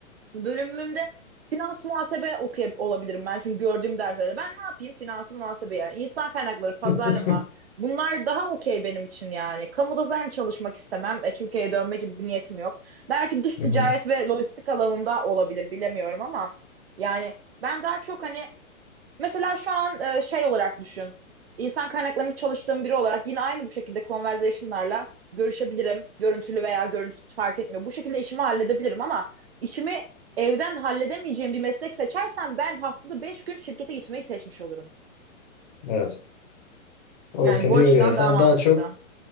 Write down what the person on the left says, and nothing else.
<laughs>
Hı hı.
Evet. O
da seni
yoruyor. Sen
daha çok,